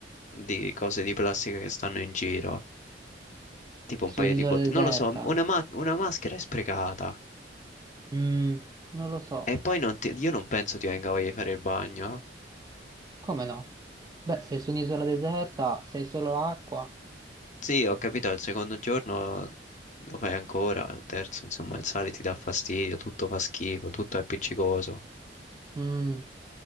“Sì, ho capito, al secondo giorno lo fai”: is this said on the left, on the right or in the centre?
Left